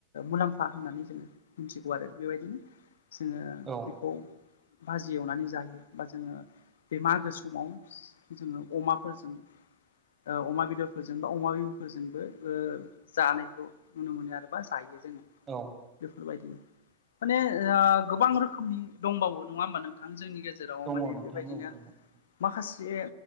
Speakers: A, on the left; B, on the right.
A: मुलाम्फा होननानै जोङो मिथिगौ आरो। बेबायदिनो जोङो
B: औ।
A: औ बाजि एवनानै जायो बा जोङो बे मागो समाव जोङो अमाफोरजों ओ अमा बेदर फोरजों बा अमा बिबुफोरजोंबो ओ जानायखौ नुनो मोनो आरो बा जायो जोङो।
B: औ
A: बेफोरबायदिनो माने ओ गोबां रोखोमनि दंबावो नङा होमबा जोंनि गेजेराव
B: दङ
A: माने
B: नोंथां
A: बेबायदिनो
B: औ दङ दङ
A: माखासे